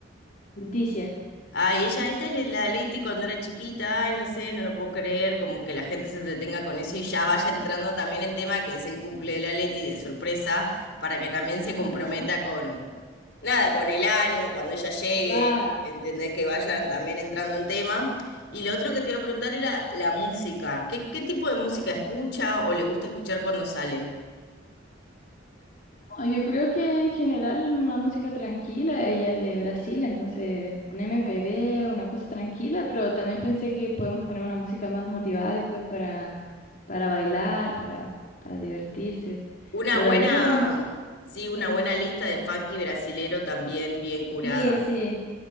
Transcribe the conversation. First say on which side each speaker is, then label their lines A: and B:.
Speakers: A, on the left; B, on the left.
A: Leticia.
B: Ay, ella, esta es la Leti cuando era chiquita, ay, no sé, no lo puedo creer, como que la gente se entretenga con eso y ya vaya entrando también en tema que es el cumple de la Leti de sorpresa, para que también se comprometa
A: Ajá.
B: con, nada, con el ánimo cuando ella llegue,
A: Claro.
B: entendés que vayan también entrando en tema. Y lo otro que te iba a preguntar era la música, ¿qué, qué tipo de música escucha o le gusta escuchar cuando sale?
A: No, Yo creo que en general una música tranquila, ella es de Brasil, entonces un MPB, una cosa tranquila, pero también pensé que podemos poner una música más motivada después para, para bailar, para, para divertirse.
B: Una
A: Pero
B: buena,
A: ahí de la música,
B: sí,
A: sí,
B: una buena lista de funky
A: sí,
B: brasilero también bien curada.
A: sí, sí,